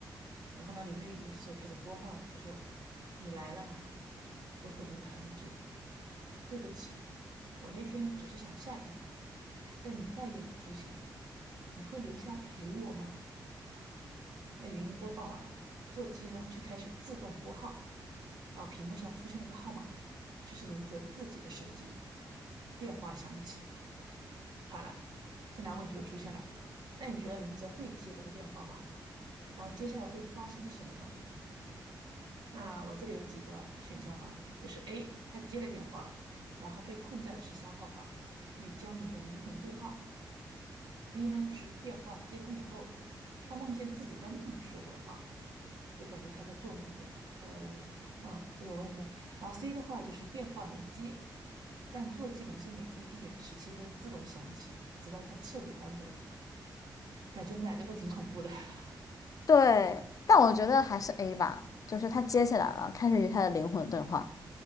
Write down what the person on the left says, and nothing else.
对，但我觉得还是 A 吧，就是他接起来了，开始与他的灵魂对话。